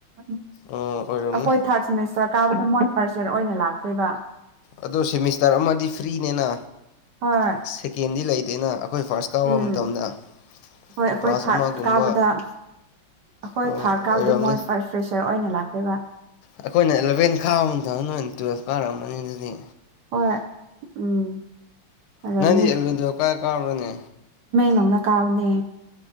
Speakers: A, on the right; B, on the left.
A: ꯑꯩꯈꯣꯏ
B: ꯑꯣꯏꯔꯝꯅꯤ
A: ꯊꯥꯔꯠ ꯁꯦꯃꯦꯁꯇꯔ ꯀꯥꯕꯗ ꯃ ꯐꯔꯆꯔ ꯑꯣꯏꯅ ꯂꯥꯛꯈ꯭ꯔꯦꯕ
B: ꯑꯗꯣ ꯁꯦꯃꯤꯁꯇꯔ ꯑꯃꯗꯤ ꯐ꯭ꯔꯤꯅꯦꯅ
A: ꯍꯣꯏ
B: ꯁꯦꯀꯦꯟꯗꯤ ꯂꯩꯇꯦꯅ ꯑꯩꯈꯣꯏ ꯐꯥꯔꯁ ꯀꯥꯕ
A: ꯎꯝ
B: ꯃꯇꯝꯗ
A: ꯍꯣꯏ ꯑꯩꯈꯣꯏ
B: ꯀ꯭ꯂꯥꯁ
A: ꯊꯥꯔꯠ
B: ꯑꯃꯒꯨꯝꯕ
A: ꯀꯥꯕꯗ ꯑꯩꯈꯣꯏ
B: ꯑꯣꯏꯔꯝꯅꯤ
A: ꯊꯥꯔꯠ ꯀꯥꯕꯗ ꯃꯣꯏ ꯐꯥꯔꯁ ꯐ꯭ꯔꯦꯁꯔ ꯑꯣꯏꯅ ꯂꯥꯛꯄꯤꯔꯤꯕ
B: ꯑꯩꯈꯣꯏꯅ ꯑꯦꯂꯚꯦꯟ ꯈꯥꯕ ꯑꯃꯗ ꯍ ꯇꯨꯋꯐ ꯀꯥꯔꯅꯤ
A: ꯍꯣꯏ ꯎꯝ ꯑꯣꯏꯔꯝꯅꯤ
B: ꯅꯪꯗꯤ ꯑꯦꯂꯥꯕꯦꯟ ꯇꯤꯋꯦꯞ ꯀꯥꯏꯗ ꯀꯥꯔꯕ꯭ꯔꯅꯦ
A: ꯂꯧꯅ ꯀꯥꯥꯕꯅꯦ